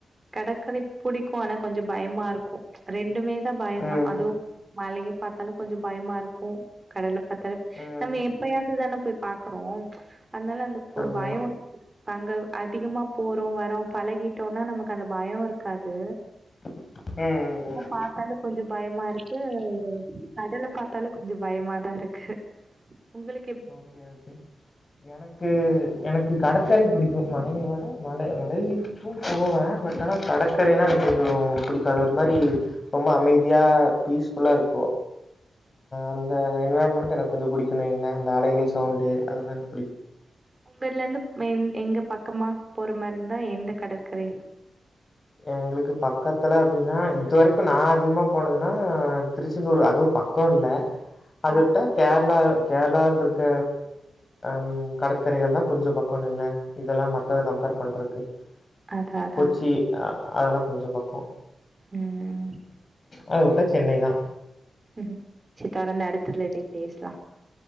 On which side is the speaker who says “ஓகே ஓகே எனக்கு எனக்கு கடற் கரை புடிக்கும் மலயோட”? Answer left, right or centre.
Left